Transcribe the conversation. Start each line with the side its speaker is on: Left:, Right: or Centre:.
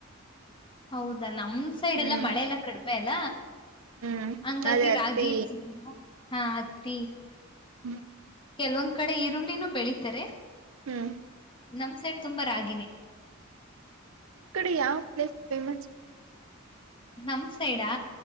Left: ಹೌದಾ ನಮ್ ಸೈಡ್
Right: ಹ್ಮ್
Left: ಎಲ್ಲಾ ಮಳೆ ಎಲ್ಲ ಕಡ ಆ ಮೇಲ
Right: ಹ್ಮ್
Left: ಹಂಗಾಗಿ
Right: ಅದೇ ಅತ್ತಿ
Left: ರಾಗಿ ಇದ ಹಾ ಅತ್ತ
Right: ಹ್ಮ್
Left: ಕೆಲವೊಂದ್ ಕಡೆ ಈರುಳ್ಳಿನೂ ಬೆಳೀಿತಾರೆ
Right: ಹ್ಮ್
Left: ನಮ್ ಸೆಟ್ ತುಂಬಾ ರಾಗಿನೇ
Right: ನಿಮ್ ಕಡೆ ಯಾವ ಪ್ಲೇಸ್ ಫೇಮಸ್
Left: ನಮ ಸೈಡಾ